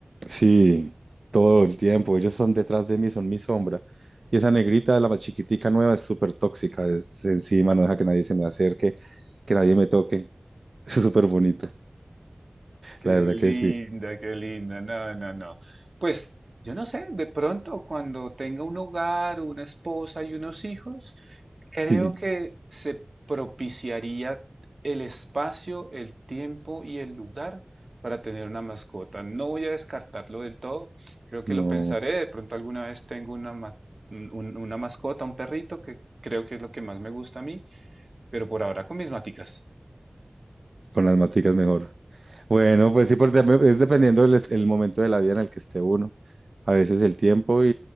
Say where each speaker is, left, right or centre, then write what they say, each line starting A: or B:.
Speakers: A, on the right (about 75°); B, on the right (about 55°).
A: sí, todo el tiempo, ellos son detrás de mí, son mi sombra, y esa negrita, la más chiquitica nueva, es súper tóxica, es encima, no deja que nadie se me acerque, que nadie me toque, <laughs> es súper bonito,
B: Qué
A: la verdad
B: linda,
A: que sí.
B: qué linda. No, no, no. Pues yo no sé, de pronto cuando tenga un hogar, una esposa y unos hijos, creo
A: Sí,
B: que se propiciaría el espacio, el tiempo y el lugar para tener una mascota. No voy a descartarlo del todo, creo que
A: no,
B: lo pensaré. De pronto alguna vez tengo una, ma- un- un- una mascota, un perrito, que creo que es lo que más me gusta a mí, pero por ahora con mis maticas.
A: con las maticas mejor. Bueno, pues sí, porque también es dependiendo del es- el momento de la vida en el que esté uno. A veces el tiempo y,